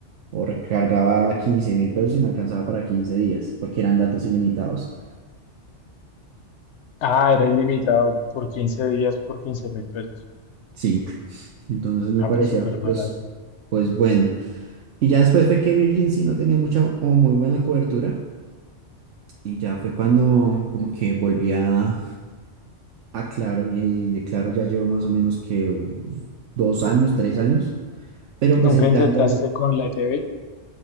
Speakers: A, on the right (about 80°); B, on the left (about 75°).
A: o recargaba quince mil pesos y me alcanzaba para 15 días porque eran datos ilimitados.
B: Ah, era ilimitado por 15 días por 15 mil pesos.
A: Sí, entonces me
B: Ah,
A: parecía
B: pues súper barato.
A: pues, pues bueno. Y ya después fue que Virgin sí no tenía mucha o muy buena cobertura y ya fue cuando como que volví a Ah, claro, y de claro ya llevo más o menos que unos dos años, tres años, pero
B: ¿Nunca
A: pues el
B: intentaste
A: plan de ahorita,
B: con la ETV?